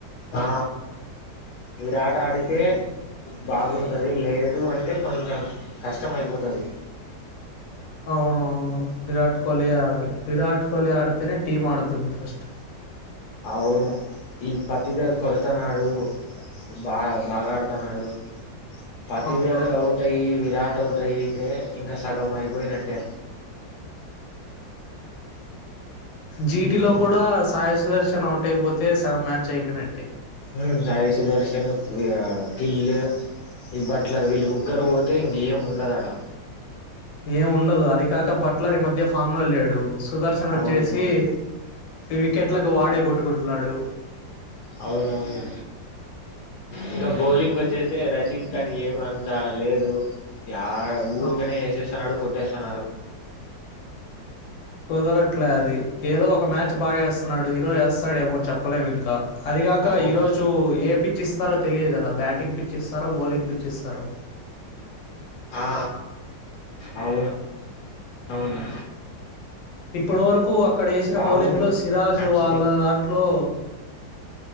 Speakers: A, on the left; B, on the left.
A: ఆ విరాట్ ఆడితే బాగుంటది లేదు అంటే కొంచెం కష్టం అయిపోతుంది
B: అవును అవును విరాట్ కోహ్లీ ఆడాలి విరాట్ కోహ్లీ ఆడి తి టీమ్ ఆడుతది ఫస్ట్
A: అవును ఈ పత్తిధర కొడతన్నాడు బా బాగాడుతున్నాడు పాతిదారు
B: అవును
A: ఔట్ అయి విరాట్ నోటౌట్ అయియతే ఇంకా సగం అయిపోయినట్టే
B: జీటి లో
A: ఉమ్
B: కూడా సాయ సుదర్శ <unintelligible> అవుట్ అయిపోతే సగం మ్యాచ్ అయిపోయినట్టు
A: మ్ సాయి సుదర్శను గిల్లు ఈ బట్లర్ వీళ్ళు ముగ్గరు పోతే ఇంకేం ఉండదడా
B: ఏం ఉండదు అది కాక బట్లర్ ఈ మధ్య ఫామ్ లో వెళ్ళాడు సుదర్శన వచ్చేసి
A: అవునవును
B: వికెట్లకు వాడే కొట్టుకుంటున్నాడు
A: అవునవును ఇంకా బౌలింగ్ వచ్చేసి రషీద్ ఖానీ ఏమంత లేదు యా ఊర్కానే
B: ఆ,
A: ఏసేస్తానాడుకొ ట్స్థానారు
B: కుదరట్లే అది ఏదో ఒక మ్యాచ్ బాగా వేస్తున్నాడు హీరో ఎస్ <unintelligible> మ చెప్పలేము ఇంకా అదిగాక
A: అవును
B: ఈరోజు ఏ పి పిచ్చి ఇస్తారో తెలియదు కదా బ్యాటింగ్ పిచ్చి ఇస్తారో బౌలింగ్ పిచ్చి ఇస్తారో
A: అ అవును అవును
B: ఇప్పటి వరకు అక్కడ వేసిన
A: బాగుంది
B: బౌలింగ్లో సిరాజ్
A: నచ్చింది.
B: వాళ్ళ అ హలో